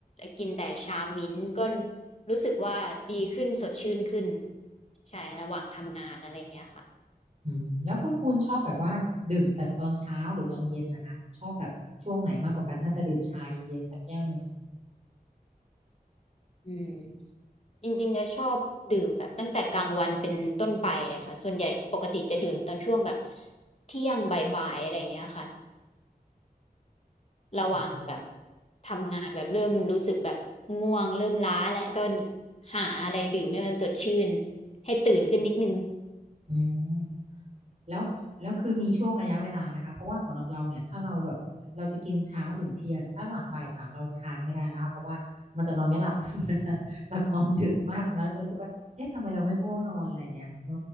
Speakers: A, on the left; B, on the right.
A: กินแต่ชามิ้นท์ก็รู้สึกว่าดีขึ้นสดชื่นขึ้นใช่ระหว่างทำงานอะไรอย่างเงี้ยค่ะ
B: อืมแล้วคุณปูนชอบแบบว่าดื่มแต่ตอนเช้าหรือตอนเย็นนะคะชอบแบบช่วงไหนมากกว่ากันถ้าจะดื่มชาเย็นเย็นสักแก้วหนึ่ง
A: อืมจริงๆจะชอบดื่มแบบตั้งแต่กลางวันเป็นต้นไปเลยค่ะส่วนใหญ่ปกติจะดื่มตอนช่วงแบบเที่ยงบ่ายๆอะไรอย่างเงี้ยค่ะ ระหว่างแบบ
B: อืม
A: ทำงานแบบเริ่มรู้สึกแบบง่วงเริ่มล้าแล้วก็หาอะไรดื่มให้มันสดชื่นให้ตื่นขึ้นนิดนึง
B: อืม แล้วแล้วคือมีช่วงระยะเวลาไหมคะเพราะว่าสำหรับเราเนี่ยถ้าเราแบบเราจะกินเช้าถึงเที่ยงถ้าหลังบ่ายสามเราทานไม่ได้แล้วค่ะเพราะว่ามันจะนอนไม่หลับ <laughs> มันจะแบบนอนดึกมากตอนนั้นเราจะรู้สึกว่าเอ๊ะทำไมเราไม่ง่วงนอนอะไรอย่างเงี้ยเออ